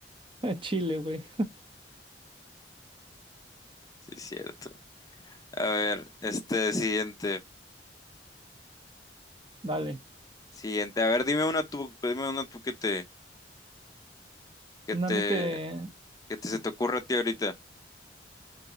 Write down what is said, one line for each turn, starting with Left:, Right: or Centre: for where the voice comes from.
Right: <laughs> Chile, güey.
Left: Sí, cierto. A ver, este siguiente.
Right: Dale.
Left: Siguiente. A ver, dime una tú, dime una tú que te, que
Right: No,
Left: te,
Right: a mí que.
Left: que te se te ocurra a ti ahorita.